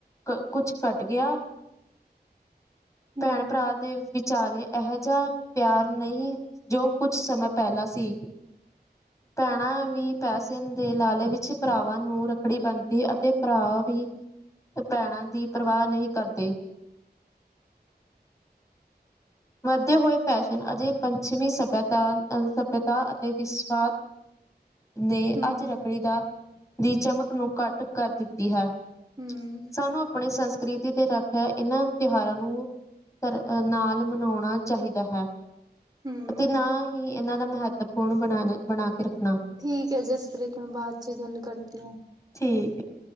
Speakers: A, on the left (about 20°); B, on the right (about 25°).
A: ਕੁਛ ਘੱਟ ਗਿਆ।
B: ਹੂੰ ਹੂੰ
A: ਭੈਣ ਭਰਾ ਦੇ ਵਿਚਾਲੇ ਇਹੋ ਜਿਹਾ ਪਿਆਰ ਨਹੀਂ, ਜੋ ਕੁਝ ਸਮਾਂ ਪਹਿਲਾਂ ਸੀ। ਭੈਣਾ ਵੀ ਪੈਸੇ ਦੇ ਲਾਲੇ ਵਿੱਚ ਭਰਾਵਾਂ ਨੂੰ ਰੱਖੜੀ ਬਣਦੀ ਅਤੇ ਭਰਾ ਵੀ ਭੈਣਾਂ ਦੀ ਪਰਵਾਹ ਨਹੀਂ ਕਰਦੇ। ਵੱਧਦੇੇ ਹੋਏ ਫੈਸ਼ਨ ਅਜੇ ਪੰਛਮੀ ਸੱਭਅਤਾ ਅਹ ਸੱਭਿਤਾ ਅਤੇ ਵਿਸ਼ਵਾ ਨੇ
B: ਹੂੰ
A: ਅੱਜ ਰੱਖੜੀ ਦਾ ਦੀ ਚਮਕ ਨੂੰ ਘੱਟ ਕਰ ਦਿੱਤੀ ਹੈ।
B: ਹੂੰ
A: ਸਾਨੂੰ ਆਪਣੇ ਸੰਸਕ੍ਰਿਤੀ ਤੇ ਰੱਖਿਆ। ਇਹਨਾਂ ਤਿਉਹਾਰਾਂ ਨੂੰ ਤ ਨਾਲ ਮਨਾਉਣਾ ਚਾਹੀਦਾ ਹੈ।
B: ਹੂੰ
A: ਅਤੇ ਨਾ ਹੀ ਇਹਨਾਂ ਦਾ ਮਹੱਤਵਪੂਰਨ ਬਣਾਣਾ ਬਣਾ ਕੇ ਰੱਖਣਾ।
B: ਠੀਕ ਹੈ ਜਸਪ੍ਰੀਤ, ਮੈਂ ਬਾਅਦ ਚ ਗੱਲ ਕਰਤੀ ਹਾਂ।
A: ਠੀਕ ਹੈ।